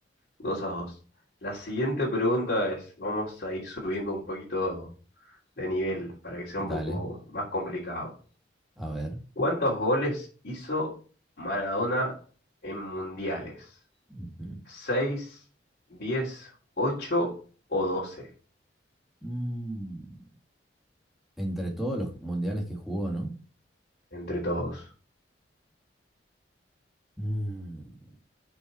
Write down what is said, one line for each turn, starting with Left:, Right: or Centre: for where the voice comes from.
Left: dos a dos La siguiente pregunta es, vamos a ir subiendo un poquito de nivel para que sea un poco
Centre: Dale,
Left: más complicado.
Centre: a ver.
Left: ¿Cuántos goles hizo Maradona en mundiales?
Centre: Ujú.
Left: seis diez 8 o doce
Centre: Mm, Entre todos los mundiales que jugó, ¿no?
Left: entre todos?
Centre: Mm,